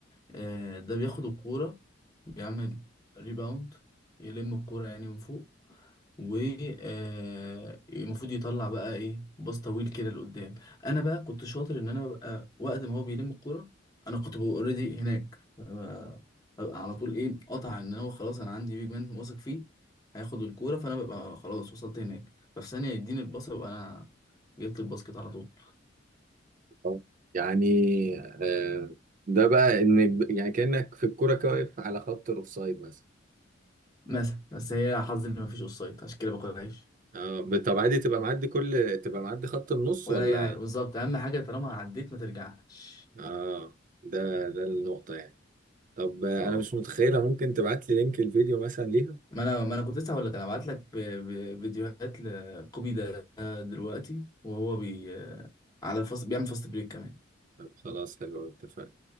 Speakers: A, on the left; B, on the right.
A: آه، ده بياخد الكوره بيعمل ريباوند يلم الكورة يعني من فوق والمفروض يطلع بقى ايه باص طويل كده لقدام انا بقى كنت شاطر ان انا ببقى وقت ما هو بيلم الكورة انا كنت ببقى اوريدي هناك فببقى- ببقى على طول ايه قطع ان هو خلاص انا عندي بيج مان واثق فيه هياخد الكورة فانا ببقى خلاص وصلت هناك ففي ثانية يديني الباص ببقى انا جبت الباسكت على طول
B: آه. يعني آه، ده بقى ان يعني كأنك في الكوره كده واقف على خط الاوفسايد مثلا
A: مثلا بس هي حظي ان مفيش اوفسايد عشان كده باكل عيش
B: اه طب عادي تبقى معدي كل تبقى معدي خط النص
A: ولا
B: ولا
A: يعني بالظبط اهم حاجه طالما عديت ما ترجعش
B: اه ده ده النقطة يعني طب آه،
A: اه
B: انا مش متخيلة ممكن تبعت لي لينك الفيديو مثلا ليها
A: ما انا ما انا كنت لسه هقول لك انا هبعت لك في- في- فيديوهات لكوبي ده دلوقتي وهو بي على الفاست بيعمل فاست بريك كمان
B: طب خلاص حلو اتفقنا